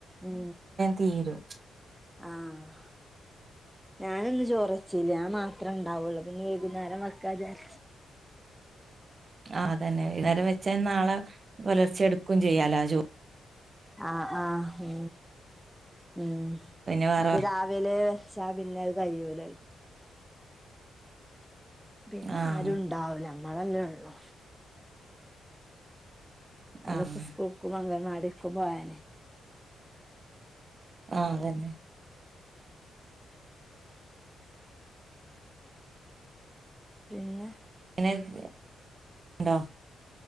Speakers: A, in the centre; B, on the right.
A: ഉ
B: തീരും
A: ആഹ
B: <inaudible>
A: ഞാനിന്ന് ചോറച്ചില്ല ഞാമാത്രേ ണ്ടാവുള്ളൂ പിന്നെ വൈകുന്നേരം വെക്കാ ജാര്ച്ച്
B: ആ അതന്നെ വൈകുന്നേരം വെച്ചാ നാളെ പുലർച്ചെടുക്കും ചെയ്യാലോ ആ ചോ
A: ആ ആ ഊ ഉം
B: പിന്നെ വേറെ
A: മറ്റേ രാവിലെ ച്ചാ പിന്ന അ കയ്യൂലല്ലോ <inaudible> പിന്നാരും
B: ആഹ്
A: ഇണ്ടാവുല നമ്മളല്ലേ ഉള്ളു ഓലക്കു
B: ആഹ്
A: സ്ക്കൂൾക്കുഅങ്കനവാ ടിക്കൂ പോയാല്
B: ആഹ് അതന്നെ
A: പിന്നെ
B: '' ന്നെ <inaudible> ണ്ടോ